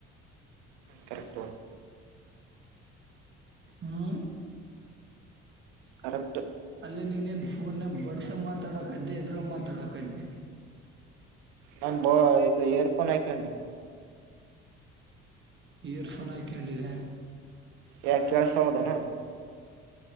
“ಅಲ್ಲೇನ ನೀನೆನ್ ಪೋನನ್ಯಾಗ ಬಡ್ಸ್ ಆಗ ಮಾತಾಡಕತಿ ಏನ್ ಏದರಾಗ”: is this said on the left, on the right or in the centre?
Right